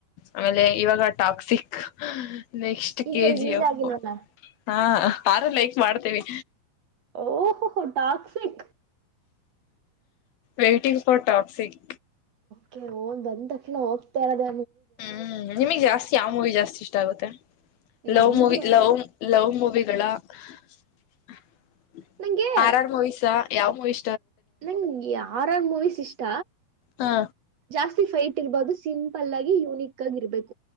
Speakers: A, on the left; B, on the right.
A: ಆಮೇಲೆ ಇವಾಗ ಟಾಕ್ಸಿಕ್. ನೆಕ್ಸ್ಟ್
B: ಇಲ್ಲ
A: ಕೆ
B: ರಿಲೀಸ್
A: ಜಿ ಎಫ್
B: ಆಗಿಲ್ಲವಲ್ಲ.
A: ಹಾ ಆರ ಲೈಕ್ ಮಾಡ್ತೇವಿ.
B: ಓಹ ಹ. Toxic.
A: Waiting for Toxic.
B: K ಓ್ ಬಂದ ತಕ್ಷಣ ಹೋಗ್ತಾ ಇರದ.
A: ಹ್ಮ್ ನಿಮಗ್ ಜಾಸ್ತಿ ಆ ಮೂಿ ಜಾಸ್ತಿ ಇಷ್ಟ ಆಗುತ್ತೆ.
B: ನನ್ಗೆ
A: ಲವ್ ಮೂವಿ ಲವ್ ಲವ್ ಮೂವಿಗಳ. ಹ್ಮ್ಮ್.
B: ನಂಗೆ
A: ಆರಾಮ ವಯ್ಸ. ಯಾವವು ಇ.
B: ನಂಗೆ ಆರ್ ಆರ್ ಮೂವೀಸ್ ಇಷ್ಟ
A: ಹಾ
B: ಜಾಸ್ತಿ. ಫೈಟ್ ಇರ್ಬಹುದು ಸಿಂಪಲ್ ಆಗಿ ಯುನಿಕ್ ಆಗಿರ್ಬೇಕು.